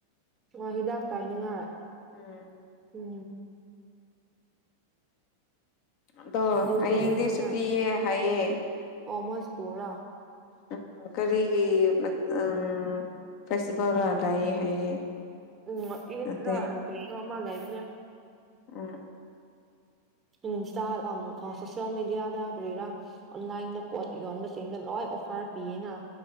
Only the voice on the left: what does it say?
ꯎꯝ
ꯑꯗꯣ
ꯍꯌꯦꯡꯗꯤ
ꯁꯨꯇꯤꯌꯦ ꯍꯥꯏꯌꯦ
ꯎꯝ ꯀꯔꯤ ꯒꯤ ꯃꯠ ꯑꯥꯝ ꯐꯦꯁꯇꯤꯕꯦꯜꯂ ꯂꯩꯌꯦ ꯍꯥꯏꯌꯦ
ꯅꯠꯇꯦ
ꯎꯝ